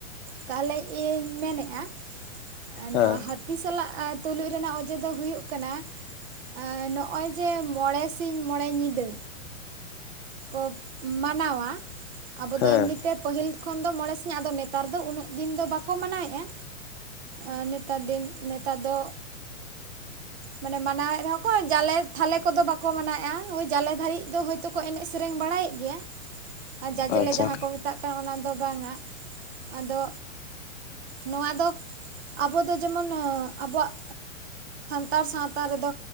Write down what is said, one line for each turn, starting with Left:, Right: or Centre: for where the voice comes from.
Right: ᱛᱟᱦᱞᱮ ᱤᱧ ᱢᱮᱱᱮᱜ-ᱟ᱾ ᱱᱚᱣᱟ
Left: ᱦᱮᱸ
Right: ᱦᱟᱹᱛᱤ ᱥᱟᱞᱟᱜ ᱛᱩᱞᱩᱡ ᱨᱮᱱᱟᱜ ᱚᱡᱮ ᱫᱚ ᱦᱩᱭᱩᱜ ᱠᱟᱱᱟ ᱮᱸᱻ ᱱᱚᱜ-ᱚᱭ ᱡᱮ ᱢᱚᱬᱮ ᱥᱤᱧ ᱢᱚᱬᱮ ᱧᱤᱫᱟᱹ ᱠᱚ ᱢᱟᱱᱟᱣᱟ᱾ ᱟᱵᱚ
Left: ᱦᱮᱸ
Right: ᱫᱚ ᱮᱢᱱᱤᱛᱮ ᱯᱟᱹᱦᱤᱞ ᱠᱷᱚᱱ ᱫᱚ ᱢᱚᱬᱮ ᱥᱤᱧ, ᱟᱫᱚ ᱱᱮᱛᱟᱨ ᱫᱚ ᱩᱱᱟᱹᱜ ᱫᱤᱱ ᱫᱚ ᱵᱟᱠᱚ ᱢᱟᱱᱟᱣᱮᱜ-ᱟ᱾ ᱮᱸᱻ ᱱᱮᱛᱟᱨ ᱫᱤᱱ, ᱱᱮᱛᱟᱨ ᱫᱚ ᱢᱟᱱᱮ ᱢᱟᱱᱟᱣᱮᱜ ᱨᱮᱦᱚᱸ ᱠᱚ ᱡᱟᱞᱮ ᱛᱷᱟᱞᱮ ᱠᱚᱫᱚ ᱵᱟᱠᱚ ᱢᱟᱱᱟᱣᱮᱜ-ᱟ᱾ ᱦᱳᱭ ᱡᱟᱞᱮ ᱫᱷᱟᱹᱨᱤᱡ ᱫᱚ ᱦᱳᱭᱛᱳ ᱠᱚ ᱮᱱᱮᱡ ᱥᱮᱨᱮᱧ ᱵᱟᱲᱟᱭᱮᱫ ᱜᱮᱭᱟ, ᱟᱨ ᱡᱟᱡᱞᱮ
Left: ᱟᱪᱪᱷᱟ
Right: ᱡᱟᱦᱟᱸ ᱠᱚ ᱢᱮ ᱢᱮᱛᱟᱜ ᱠᱟᱱᱟ ᱚᱱᱟ ᱫᱚ ᱵᱟᱝᱟ, ᱟᱫᱚ ᱱᱚᱣᱟ ᱫᱚ ᱟᱵᱚ ᱫᱚ ᱡᱮᱢᱚᱱ ᱟᱵᱚᱣᱟᱜ ᱥᱟᱱᱛᱟᱲ ᱥᱟᱶᱛᱟ ᱨᱮᱫᱚ